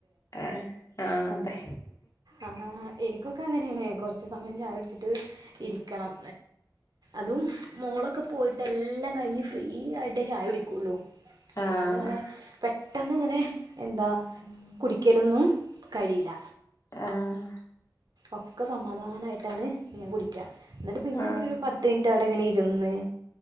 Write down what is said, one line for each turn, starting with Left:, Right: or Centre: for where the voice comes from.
Left: ആഹ ആഹ അതെ
Right: ആഹ എനിക്ക- അങ്ങനെയാണ് കുറച്ച സമയം ചായടിച്ചിട്ട് ഇരിക്കണം അതും മോളൊക്കെ പോ- പോയിട്ട് എല്ലാം കഴി ഫ്രീ ആയിട്ട് ചായ കുടിക്കുള്ളൂ
Left: ആഹ്
Right: അല്ലാതെ ഇങ്ങനെ- പെട്ടെന്ന് ഇങ്ങനെ എന്താ കുടിക്കലൊന്നും കഴിയില്ല
Left: ആഹ
Right: ഒക്കെ സമാധാനമായിട്ടാണ് ഞാൻ കുടിക്കുക എന്നിട്ട് പിന്നെ
Left: ആഹ്
Right: പത്ത് മിന- ഇവിടെയങ്ങനെ ഇരുന്ന്